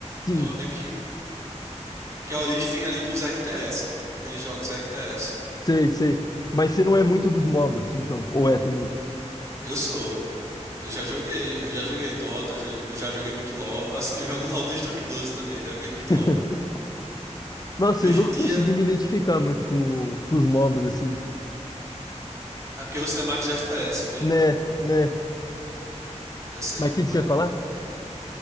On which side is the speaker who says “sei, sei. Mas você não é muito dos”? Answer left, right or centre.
Left